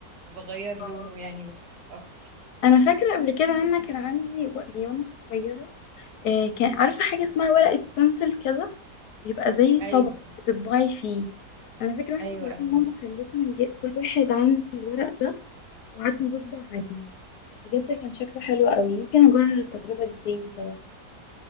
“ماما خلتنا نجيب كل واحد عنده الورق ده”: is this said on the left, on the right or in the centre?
Left